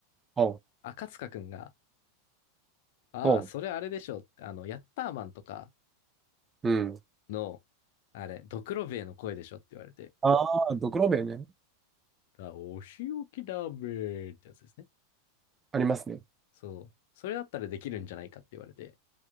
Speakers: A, on the right; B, on the left.
A: おう、
B: 赤塚くんが、ああ、
A: おう、
B: それあれでしょって、あの、ヤッターマンとか
A: うん。
B: の、あれ、ドクロベエの声でしょって言われて、
A: ああ、ドクロベね。
B: あ、お仕置きだべーってやつですね。
A: ありますね。
B: そう。それだったらできるんじゃないかって言われて、